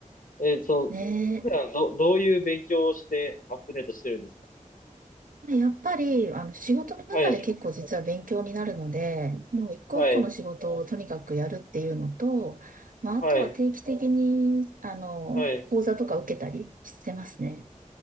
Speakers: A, on the left; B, on the right.
A: え、その、
B: ね
A: 普段ど、どういう勉強をしてアップデートしてるんですか
B: やっぱり、あの、仕事の中で結構実は勉強になるので、
A: はい。
B: もう一個一個の仕事をとにかくやるっていうのと、
A: はい。
B: まあ、
A: はい。
B: あとは定期的に、あの、
A: はい。
B: 講座とか受けたりしてますね。